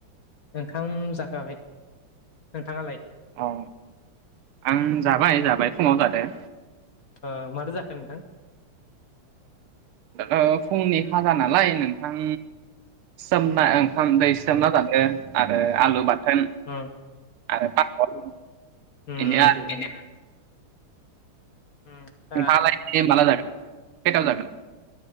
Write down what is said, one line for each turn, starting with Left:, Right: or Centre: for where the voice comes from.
Left: ओंखाम जाखाङाखै नोंथाङालाय
Right: औ आं जाबाय जाबाय फुंङाव जादों
Left: ओ माथो जाखो नोंथां
Right: आ ओ फुंनि खाजा नालाय नोंथां सोमना ओंखाम दै सोमना जादो आरो आलु बाथोन
Left: औ
Right: <unintelligible>
Left: उम उम उम दा
Right: नोंथाङालाय माला जागोन खैथाव जागोन